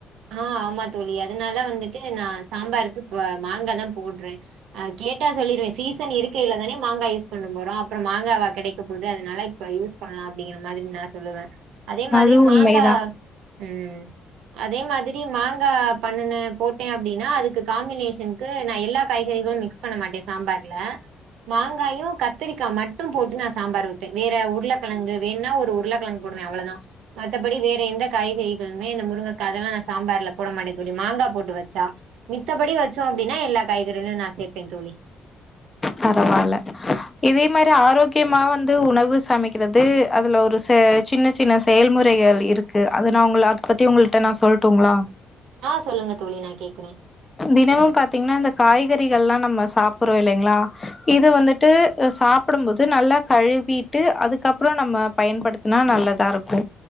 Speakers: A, on the right (about 80°); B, on the left (about 15°).
A: ஆ ஆமா தோழி அதுனால வந்துட்டு நா சாம்பாருக்கு இப்ப மாங்காதா போட்றே அ கேட்டா சொல்லிருவே சீசன் இருக்கயில தானே மாங்கா யூஸ் பண்ண போறோ அப்றோ மாங்காவா கெடைக்கப் போது அதுனால இப்ப யூஸ் பண்லா அப்டிங்கிற மாரி நா சொல்லுவ அதே மாதிரி
B: அது உண்மைதா
A: மாங்கா ம் அதே மாதிரி மாங்கா பண்ணுனே போட்டே அப்டின்னா அதுக்கு காம்பினேஷன்க்கு நா எல்லா காய்கறிகளு மிக்ஸ் பண்ண மாட்டே சாம்பார்ல மாங்காயு கத்திரிக்கா மட்டு போட்டு நா சாம்பார் வெப்பே வேற உருளக்கெழங்கு வேணுன்னா ஒரு உருளக்கெழங்கு போடுவே அவ்ளோதா மத்தப்படி வேற எந்த காய்கறிகளுமே இந்த முருங்க கா அதல்லா நா சாம்பார்ல போட மாட்டே தோழி மாங்கா போட்டு வச்சா மித்தப்படி வெச்சோ அப்டின்னா எல்லா காய்கறிகளயு நா சேப்பே தோழி
B: பரவால்ல இதே மாரி ஆரோக்கியமா வந்து உணவு சமைக்கிறது அதுல ஒரு சே சின்னச் சின்ன செயல்முறைகள் இருக்கு அது நா உங்கள அதப் பத்தி நா உங்கள்ட்ட சொல்ட்டுங்களா
A: ஆ சொல்லுங்க தோழி நான் கேக்குறேன்.
B: தினமும் பாத்தீங்னா இந்த காய்க றிகள்லா நம்ம சாப்புர்றோ இல்லைங்ளா இது வந்துட்டு அ சாப்டும்போது நல்லா கழுவிட்டு அதுக்கப்றோ நம்ம பயன்படுத்துனா நல்லதா இருக்கு